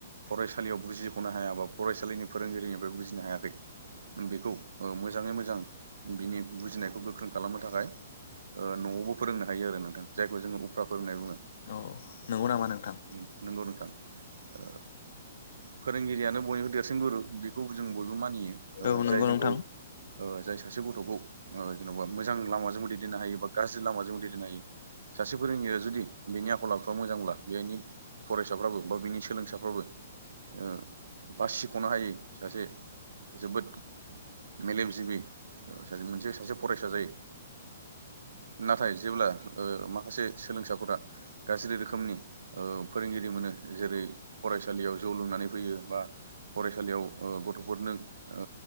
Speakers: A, on the right; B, on the left.
A: फरायसालियाव बुजिखनो हायाबा फरायसालिनि फोरोंगिरि बुजिनो हायाखै बेखौ मोजाङै मोजां बिनि बुजिनायखौ गोख्रों खालामनो थाखाय नआवबो फोरोंनो हायो आरो नोंथां जायखो जों उफ्रा फोरोंनाय बुङो।
B: औ नंगौ नामा
A: उम
B: नोंथां
A: नोंगौ नोंथां ओ फोरोंगिरियानो बयनिबो देरसिन गुरु खौ जों बयबो मानियो ओ
B: औ नंगौ
A: जाय जोंखौ
B: नोंथां
A: ओ जाय सासे गथखौ ओ जेनबा मोजां लामाजोंबो दैदेननो हायो बा गाज्रि लामाजोंबो दैदेननो हायो सासे फोरोंगिरिया जुदि बेनि आखल आखुआ मोजांब्ला बेनि फरायसाफ्राबो बा बिनि सोलोंसाफ्राबो ओ बासिखनो हायै सासे जोबोद मेलेमजिबि ओ मोनसे सासे फरायसा जायो ओ नाथाय जेब्ला ओ माखासे सोलों फरायसाफोरा गाज्रि रोखोमनि ओ फोरोंगिरि मोनो जेरै-फरायसालियाव जौ लोंनानै फैयो बा फरायसालियाव गथ'फोरनो ओ